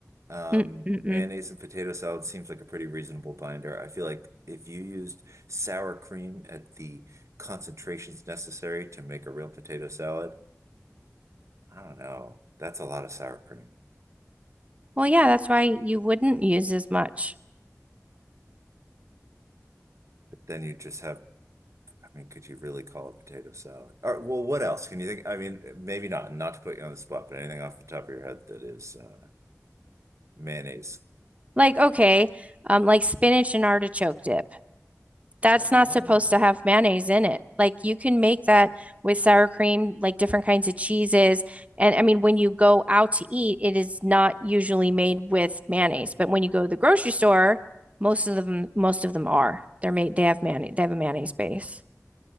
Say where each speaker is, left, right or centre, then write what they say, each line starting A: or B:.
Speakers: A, on the right; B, on the right.
A: Um,
B: Mm-mm-mm.
A: mayonnaise and potato salad seems like a pretty reasonable binder. I feel like if you used sour cream at the concentrations necessary to make a real potato salad, I don't know. That's a lot of sour cream.
B: Well, yeah, that's why you wouldn't use as much.
A: But then you just have, I mean, could you really call it potato salad? Or, well, what else can you think? I mean, maybe not, not to put you on the spot, but anything off the top of your head that is uh, mayonnaise.
B: Like, okay, um, like spinach and artichoke dip. That's
A: Oh,
B: not
A: yeah,
B: supposed to have mayonnaise in it. Like, you can make that with sour cream, like different kinds of cheeses. And I mean, when you go out to eat, it is not usually made with mayonnaise. But when you go to the grocery store, most of them, most of them are. They're made, they have mayonnaise, they have a mayonnaise base.